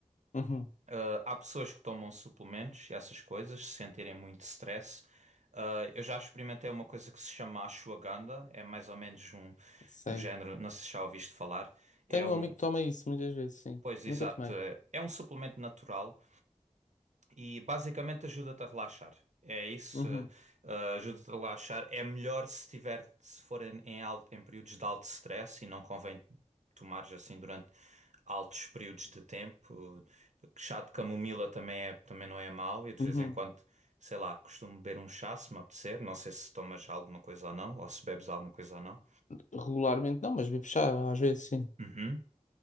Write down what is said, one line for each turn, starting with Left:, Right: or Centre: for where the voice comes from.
Left: uhum,
Right: Ah, há pessoas que tomam suplementos e essas coisas, se sentirem muito stress. Ah, eu já experimentei uma coisa que se chama ashwagandha, é mais ou menos um,
Left: sei.
Right: um género, não sei se já ouviste falar, é
Left: Tenho
Right: um,
Left: um amigo que toma isso muitas vezes, sim.
Right: pois exato,
Left: Nunca tomei.
Right: é é um suplemento natural E basicamente ajuda-te a relaxar. É isso,
Left: Uhum,
Right: eh, eh, ajuda-te a relaxar. É melhor se tiver, se for em, em alto, em períodos de alto stress e não convém tomares assim durante altos períodos de tempo. Chá de camomila também, é, também não é mau. Eu de
Left: uhum.
Right: vez em quando, sei lá, costumo beber um chá se me apetecer. Não sei se tomas alguma coisa ou não, ou se bebes alguma coisa ou não.
Left: Regularmente não, mas bebo chá às vezes, sim.
Right: Uhum,